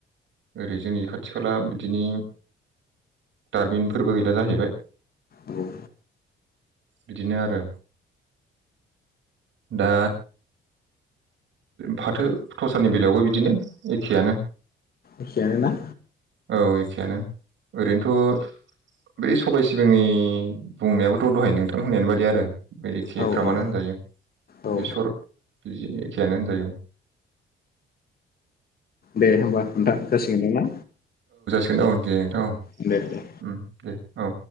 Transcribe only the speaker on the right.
ओरै जोंनि खाथि खाला बिदिनि दारमिनफोरबो गैला जाहैबाय
बिदिनो आरो! दा फाथो थस्रानि बेलायावबो बिदिनो एखेआनो
औ एखेयानो ओरैनोथ' बै सबाय सिबिंनि बुंनायाबोथ' दहाय नोंथां होननायानो बादि आरो बे एखे
फ मानो
होनजायो
बेसर बिदि एखेयानो होनजायो
सगोन औ दे नोंथां औ
दे औ।